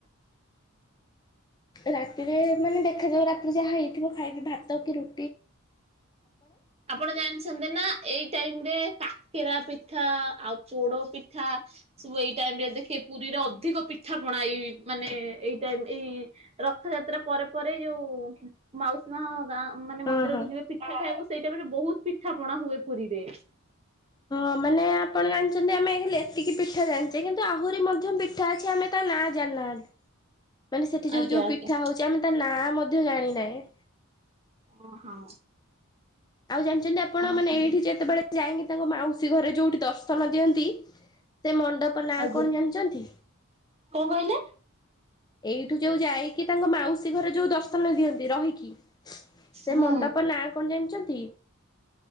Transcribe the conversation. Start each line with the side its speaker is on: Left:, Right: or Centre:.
Left: ରାତିରେ ମାନେ ଦେଖାଯାଉ ରାତିରେ ଯାହା ହେଇଥିବ ଖାଇବି ଭାତ କି ରୁ
Right: ଆପଣ ଜାଣିଛନ୍ତି ନା ଏଇ ଟାଇମ ରେ କାକେରା ପି ପିଠା ଆଉ ପୋଡ ପିଠା ସବୁ ଏଇ ଟାଇମ ରେ ଦେଖେ ପୁରୀରେ ଅଧିକ ପିଠା ପଣା ଏଇ ମାନେ ଏଇ ଟାଇମ ଏଇ ରଥଯାତ୍ରା ପରେ ପରେ ଯୋଉ ମାଉସୀ ମା ଗାଁ ମାନେ
Left: ହଁ
Right: ମନ୍ଦିରକୁ
Left: ହଁ।
Right: ଯିବେ ପିଠା ଖାଇବାକୁ ସେଇ ଟାଇମରେ ବହୁତ ପିଠା ପଣା ହୁଏ ପୁରୀରେ।
Left: ହଁ ମାନେ ଆପଣ ଜାଣିଛନ୍ତି ଆମେ ହେଲେ ଏତିକି ପିଠା ଜାଣିଛେ କିନ୍ତୁ ଆହୁରି ମଧ୍ୟ ପିଠା ଅଛି ଆମେ ତ ନାଁ ଜାଣି ନାହାନ୍ତି। ମାନେ ସେଠି ଯୋଉ
Right: ଆଜ୍ଞା
Left: ଯୋଉ
Right: ଆଜ୍ଞା।
Left: ପିଠା ହଉଛି ଆମେ ତା ନାଁ ମଧ୍ୟ ଜାଣିନାହେଁ।
Right: ଓହୋ।
Left: ଆଉ ଜାଣିଛନ୍ତି ଆପଣ
Right: ଓହୋ
Left: ମାନେ ଏଇଠି ଯେତେବେଳେ ଯାଇକି ତାଙ୍କ ମାଉସୀ ଘରେ ଯୋଉଠି ଦର୍ଶନ ଦିଅନ୍ତି ସେ ମଣ୍ଡପ ନାଁ
Right: ଆଜ୍ଞା।
Left: କଣ ଜାଣିଛନ୍ତି?
Right: କଣ କହିଲେ?
Left: ଏଇଠୁ ଯୋଉ ଯାଇକି ତାଙ୍କ ମାଉସୀ ଘରେ ଯୋଉ ଦର୍ଶନ ଦିଅନ୍ତି ରହିକି। ସେ
Right: ହୁଁ।
Left: ମଣ୍ଡପ ନାଁ କଣ ଜାଣିଛନ୍ତି?